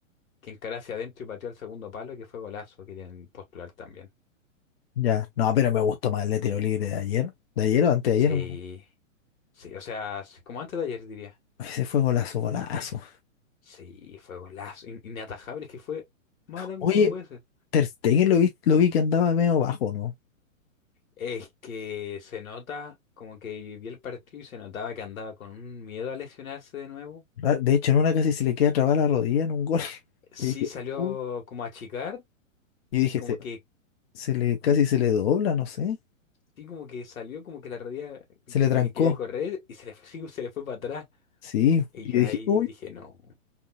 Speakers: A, on the left; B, on the left.
A: que encaró hacia adentro y pateó al segundo palo, que fue golazo, querían postular también.
B: Ya. No, pero me gustó más el de tiro libre de ayer. ¿De ayer o antes de ayer?
A: Sí,
B: no me acuerdo.
A: sí, o sea, sí, como antes de ayer diría.
B: Ese fue golazo, golazo.
A: Sí, fue golazo, in- inatajable, es que fue más al ángulo
B: Oye,
A: no puede ser.
B: Ter Stegen lo vi, lo vi que andaba medio bajo, ¿no?
A: Es que se nota, como que vi el partido y se notaba que andaba con un miedo a lesionarse de nuevo.
B: Ra- De hecho, en una casi se le queda trabada la rodilla en un gol. <laughs>
A: Sí
B: Y dije,
A: salió
B: "Uh".
A: como a achicar
B: Yo
A: y
B: dije,
A: como
B: se,
A: que,
B: se le, casi se le dobla, no sé.
A: sí como que salió, como que la rodilla,
B: Se le
A: como
B: trancó.
A: que quería correr y se le fue, sí, se le fue para atrás.
B: Sí.
A: Y
B: Y
A: yo
B: yo dije,
A: ahí
B: uy.
A: dije, no,